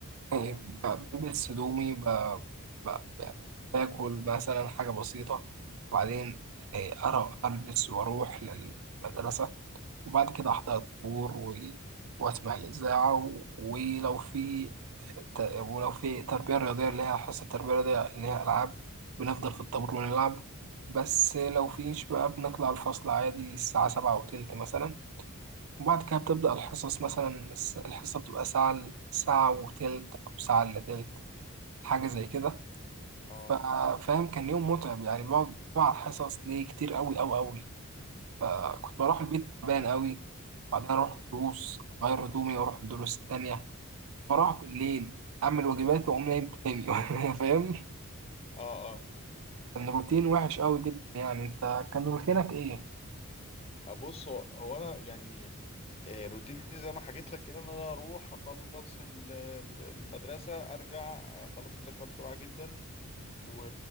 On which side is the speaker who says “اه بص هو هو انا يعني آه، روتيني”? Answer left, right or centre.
Left